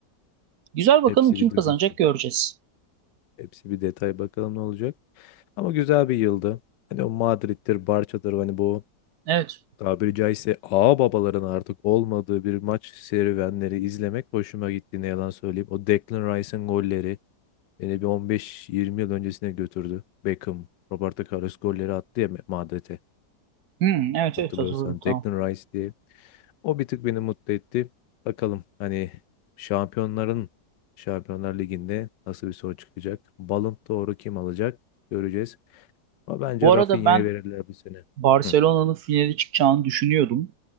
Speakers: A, on the right; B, on the left.
A: Güzel bakalım
B: Hepsi
A: kim
B: bir
A: kazanacak
B: dögül seri.
A: göreceğiz.
B: Hepsi bir detay bakalım ne olacak. Ama güzel bir yıldı. Hani o Madrid'dir, Barça'dır hani bu
A: Evet.
B: tabiri caizse ağa babaların artık olmadığı bir maç serüvenleri izlemek hoşuma gitti ne yalan söyleyeyim. O Declan Rice'ın golleri beni bir on beş yirmi yıl öncesine götürdü. Beckham, Roberto Carlos golleri attı ya Madrid'e
A: Hmm, evet
B: hatırlıyorsan
A: evet hatırladım tamam.
B: Declan Rice diye. O bir tık beni mutlu etti. Bakalım hani şampiyonların Şampiyonlar Ligi'nde nasıl bir sonuç çıkacak? Ballon d'Or'u kim alacak? Göreceğiz. Ama bence
A: Bu arada
B: Rafinha'ya
A: ben
B: verirler bu sene.
A: Barcelona'nın
B: Hı
A: finale çıkacağını düşünüyordum.